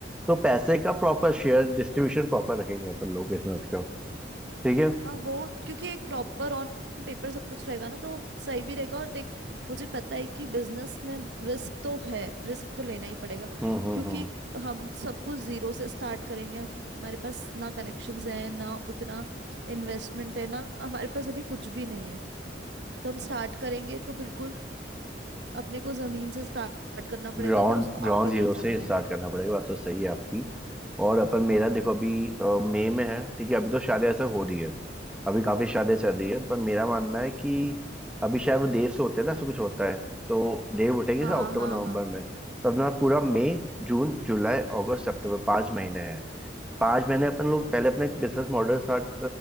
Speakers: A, in the centre; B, on the right.
A: तो पैसे का प्रॉपर शेयर डिस्ट्रीब्यूशन प्रॉपर रखेंगे अपन लोग बिजनेस का ठीक है
B: हाँ वो क्योंकि एक प्रॉपर ऑन पेपर सब कुछ रहेगा ना तो सही भी रहेगा और देख मुझे पता है कि बिजनेस में रिस्क तो है रिस्क तो लेना ही पड़ेगा
A: हम्म हम्म
B: क्योंकि
A: हम्म
B: हम सब कुछ जीरो से स्टार्ट करेंगे हमारे पास ना कनेक्शंस हैं ना उतना इन्वेस्टमेंट है ना हमारे पास अभी कुछ भी नहीं है तो हम स्टार्ट करेंगे तो बिल्कुल अपने को जमीन से स्टार्ट करना
A: ग्राउंड
B: पड़ेगा अगर उसको
A: ग्राउंड
B: आगे
A: जीरो
B: ले
A: से
B: जाना है
A: स्टार्ट
B: तो
A: करना पड़ेगा बात तो सही है आपकी और अपन मेरा
B: हम्म
A: देखो अभी अ, मई में है ठीक है अभी तो शादी ऐसे हो रही है अभी काफी शादियां चल रही है पर मेरा मानना है कि अभी शायद वो देव से होते हैं ना ऐसा कुछ होता है तो देव उठेंगे
B: हाँ
A: शायद अक्टूबर
B: हाँ
A: नवंबर
B: हाँ
A: में तो अपना पूरा मई जून जुलाई अगस्त सितंबर पाँच महीने हैं पांच महीने अपन लोग पहले अपने बिजनेस मॉडल स्टार्ट